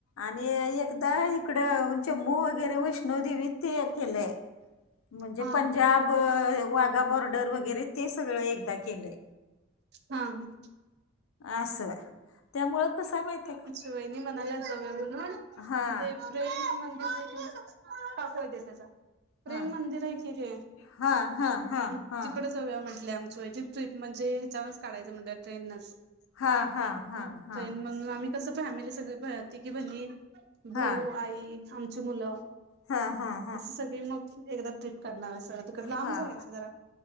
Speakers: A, on the left; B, on the right.
A: आणि एकदा इकडं जम्मू वगैरे वैष्णोदेवी ते एक केलेय. म्हणजे
B: हा
A: पंजाब,
B: हा
A: वाघा बॉर्डर वगैरे ते सगळं एकदा केलंय.
B: हा हा.
A: असं त्यामुळं कसं आहे माहतीय का?
B: वहिनी म्हणाल्या जावूया म्हणून.
A: हा.
B: ते प्रेम मंदिर हे ते <unintelligible> देत्या जा.
A: हा
B: प्रेम मंदिर आहे की ते.
A: हा हा हा
B: तिकडं
A: हा
B: जाऊद्या म्हंटल्या आमची वहिनी ट्रिप म्हणजे चांगलंच काढयचं म्हटल्या ट्रेनंनच.
A: हा हा. हा
B: हम्म
A: हा
B: ट्रेनंनच मग आम्ही कसं फॅमिली सगळी तीघी बहिणी,
A: हा
B: भाऊ, आई. आमचं मुलं.
A: हा हा हा
B: असं सगळी मग एकदा ट्रीप काढणार आहे सगळं तिकडं लांब
A: हा
B: जायाचं
A: हा
B: जरा.